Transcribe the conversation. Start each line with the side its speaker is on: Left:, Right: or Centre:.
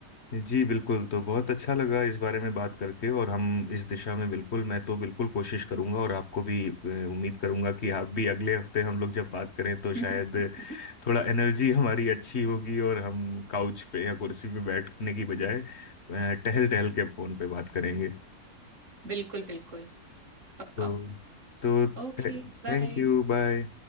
Left: जी बिल्कुल तो बहुत अच्छा लगा इस बारे में बात करके और हम इस दिशा में बिल्कुल मैं तो बिल्कुल कोशिश करूंगा और आपको भी अ, उम्मीद करूंगा कि आप भी अगले हफ्ते हम लोग जब बात करें तो
Right: <laughs>
Left: शायद थोड़ा एनर्जी हमारी अच्छी होगी और हम काउच पे या कुर्सी पे बैठने की बजाय टहल टहल के फोन पे बात करेंगे
Right: बिल्कुल बिल्कुल पक्का
Left: तो तो
Right: ओके
Left: थैंक
Right: बाय
Left: यू बाय